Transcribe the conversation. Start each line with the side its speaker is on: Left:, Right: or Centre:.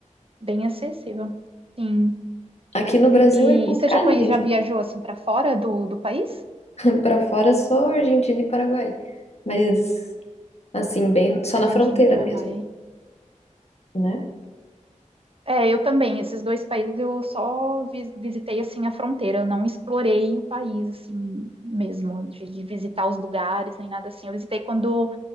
Right: bem acessível. Sim.
Left: Aqui no Brasil
Right: E,
Left: é complicado
Right: e você já, conhe-
Left: viajar.
Right: já viajou, assim, para fora do, do país?
Left: <laughs> Pra fora é só Argentina e Paraguai. Mas, assim, bem, só
Right: Argentina
Left: na fronteira
Right: e Paraguai,
Left: mesmo, né?
Right: É, eu também. Esses dois países eu só vi- visitei assim a fronteira, eu não explorei o país assim mesmo, de, de visitar os lugares nem nada assim. Eu visitei quando